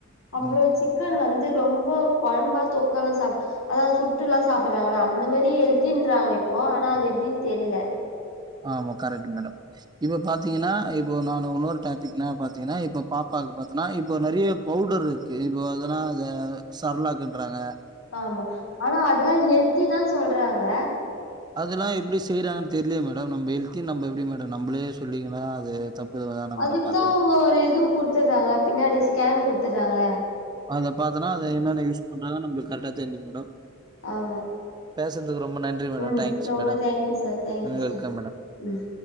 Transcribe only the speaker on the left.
அப்றோ
சிக் கன் வந்து ரொம்ப கொழம்பா தெக்கலா சாப் அதா சுட்டுல்லா சாப்டடுறாங்களா அந்த மெரி ஹெல்த்தின்றாங்க இப்போ ஆனா அது எப்டின் தெரில
ஆமா ஆனா அதெல்லா ஹெல்தி தா சொல்றாங்க
அதுக்குதா
அவுங்க ஒரு இது குடுத்துறாங்கள பின்னாடி ஸ்கேன் குடுத்துடுறாங்கள
ஆமா
ம்
ரொம்ப
தேங்க்யூ சார் தேங்க்யூ
சார்
ம்